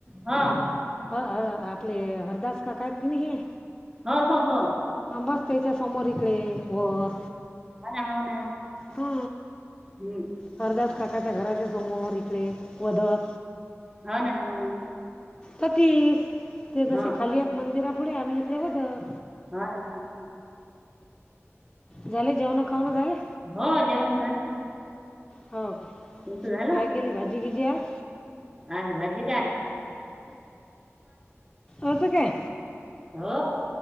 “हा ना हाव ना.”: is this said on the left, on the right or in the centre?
Right